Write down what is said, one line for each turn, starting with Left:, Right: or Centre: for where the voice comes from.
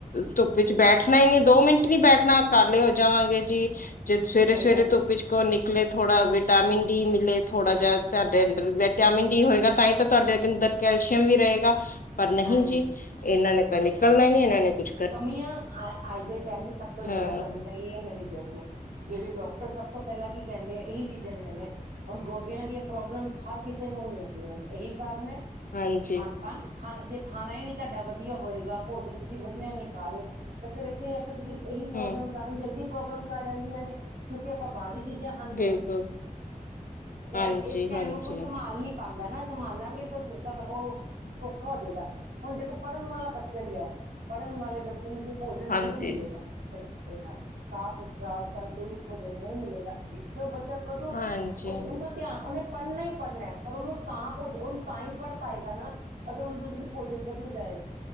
Left: ਧੁੱਪ ਵਿੱਚ ਬੈਠਣਾ ਹੀ ਨੀ ਦੋ ਮਿੰਟ ਨੀ ਬੈਠਣਾ ਕਾਲੇ ਹੋ ਜਾਵਾਂਗੇ ਜੀ। ਜ ਸਵੇਰੇ-ਸਵੇਰੇ
Right: ਸਹੀ ਗੱਲ ਹੈ
Left: ਧੁੱਪ ਚਚ ਕੋ ਨਿਕ ਲੇ, ਥੋੜਾ ਵਿਟਾਮਿਨ ਡੀ ਮਿਲੇ, ਥੋੜਾ ਜਿਹਾ ਤੁਹਾਡੇ ਅੰਦਰ ਵਿਟਾਮਿਨ ਡੀ ਹੋਏਗਾ, ਤਾਂ ਹੀ ਤਾਂ ਤੁਹਾਡੇ ਕੈਲਸ਼ੀਅਮ ਵੀ ਰਹੇਗਾ, ਪਰ ਨਹੀਂ
Right: ਹਾਂਜੀ
Left: ਜੀ, ਇਹਨਾਂ ਨੇ ਤਾਂ ਨਿਕਲਣਾ ਹੀ ਨਹੀਂ ਇਹਨਾਂ ਨੇ ਕੁੱਛ
Right: ਕਮੀਆਂ ਅੱਜ ਦੇ ਟਾਈਮ ਚ ਸਭ ਤੋਂ ਜ਼ਿਆਦਾ
Left: ਹਾਂ
Right: ਕਮੀਆਂ ਇਹ ਹੈ, ਮੇਰੇ ਜਦਆਂ ਜਿਹੜੇ ਡਾਕਟਰ ਸਭ ਤੋਂ ਪਹਿਲਾਂ ਕੀ ਕਹਿੰਦੇ ਆ, ਇਹੀ ਚੀਜ਼ਾਂ ਤੇ ਕਹਿੰਦੇ ਆ ਹੁਣ ਗੋਡਿਆਂ ਦੀਆਂ ਪ੍ਰੋਬਲਮਸ ਹਰ ਕਿਸੇ ਨੂੰ ਹੋਈਆਂ ਪਈਆਂ। ਇਹ ਕਾਰਨ ਹੈ,
Left: ਹਾਂਜੀ
Right: ਖਾਨ-ਪਾਨ? ਖਾ ਜੇ ਖਾਣਾ ਹੀ ਨਹੀਂ ਤੁਹਾਡਾ ਵਧੀਆ ਹੋਏਗਾ ਭੋਜਨ ਤੁਸੀਂ ਵਧੀਆ ਨਹੀਂ ਖਾ ਰਹੇ, ਤੇ ਫੇਿਰ ਇੱਥੇ ਤੁਸੀਂ ਇਹੀ ਪ੍ਰੋਬਲਮ
Left: ਹਮ
Right: ਜਲਦੀ ਪ੍ਰੋਬਲਮਸ ਆ ਜਾਂਦੀਆਂ, ਨੇ ਕਿਉਂਕਿ ਆਪਾਂ ਬਾਰਿਸ਼ ਚੀਜ਼ਾਂ ਖਾਂਦੇ
Left: ਬਿਲਕੁਲ
Right: ਹਾਂ,
Left: ਹਾਂਜੀ
Right: ਟਾਈਮ ਇਸ
Left: ਹਾਂਜੀ
Right: ਟਾਈਮ ਨੂੰ ਕੋਈ ਸੰਭਾਲ ਨੀ ਪਾਉਂਦਾ ਨਾ। ਸੰਭਾਲਾਂਗੇ ਤਾਂ ਸਮ ਉਹ ਸਔਖਾ ਹੋ ਜਾਏਗਾ, ਹੁਣ ਦੇਖੋ ਪੜ੍ਹਨ ਵਾਲਾ ਬੱਚਾ ਹੀ ਹੈ, ਪੜ੍ਹਨ ਵਾਲੇ ਬੱਚੇ ਜਿਨੂੰ ਜੀ ਭੋਜਨ
Left: ਹਾਂਜੀ
Right: ਨਹੀਂ ਮਿਲੇਗਾ। ਇਹ ਸਾਫ਼-ਸੁਥਰਾ ਸੰਤੁਲਿਤ ਭੋਜਨ ਨਹੀਂ ਮਿਲੇਗਾ, ਤੇ ਉਹ ਬੱਚਾ ਕਦੋਂ,
Left: ਹਾਂਜੀ
Right: ਉਸ ਉਹਦਾ ਧਿਆਨ ਉਹਨੇ ਪੜ੍ਹਨਾ ਹੀ ਪੜ੍ਹਨਾ, ਪਰ ਉਹਨੂੰ ਤਾਂ ਭੋਜ ਉਹਨੂੰ ਤਾਂ ਹੀ ਪੜ੍ਹ ਪਾਏਗਾ ਨਾ ਅਗਰ, ਉਹਦਾ ਅ ਭੋਜਨ ਵਧੀ ਜਾਏਗਾ